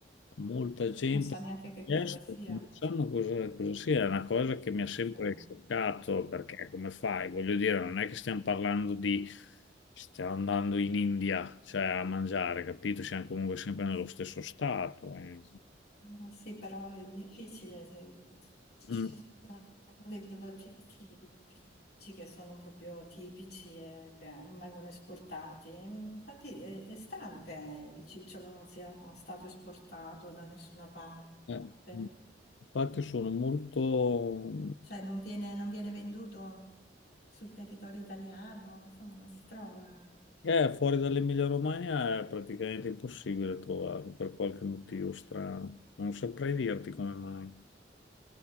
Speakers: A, on the left; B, on the left.
A: molta gente
B: Non sa
A: ha
B: neanche che
A: chiesto,
B: cosa sia.
A: non sanno cosa, cosa sia, è una cosa che mi ha sempre
B: Sì.
A: scioccato perché come fai? Voglio dire, non è che stiamo parlando di, stiamo andando in India, cioè a mangiare, capito? Siamo comunque sempre nello stesso stato. eh.
B: Mm, Sì, però è difficile. se- Ci
A: Mm.
B: sono dei prodotti tipici che sono proprio tipici e che non vengono esportati. Infatti è, è strano che il cicciolo non sia stato esportato da nessuna parte.
A: Eh, mm. Infatti sono molto...
B: Cioè non viene, non viene venduto sul territorio italiano, insomma non si trova.
A: Eh, fuori dall'Emilia Romagna è praticamente impossibile trovarlo per qualche motivo strano. Non saprei dirti come mai,